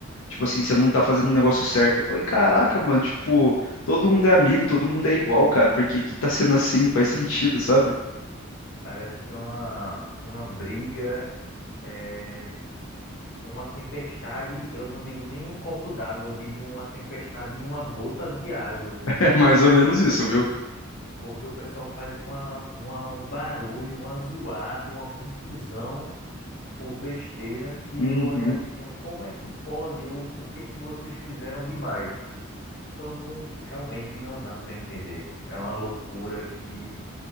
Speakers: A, on the left; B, on the left.
A: Tipo assim, você não tá fazendo um negócio certo. Eu falei, caraca, mano, tipo, todo mundo é amigo, todo mundo é igual, cara, porque que tá sendo assim, não faz sentido, sabe?
B: Parece que é uma, uma briga, é, uma tempestade, eu não digo nem um copo d'água, eu digo uma tempestade em uma gota de água.
A: <laughs> É mais ou menos isso, viu?
B: Porque o pessoal faz uma, uma, um barulho, uma zoada, uma confusão por besteira que
A: Uhum,
B: eu olho assim, como é que pode? O, o que é que vocês fizeram demais? Então não, realmente não dá para entender. É uma loucura que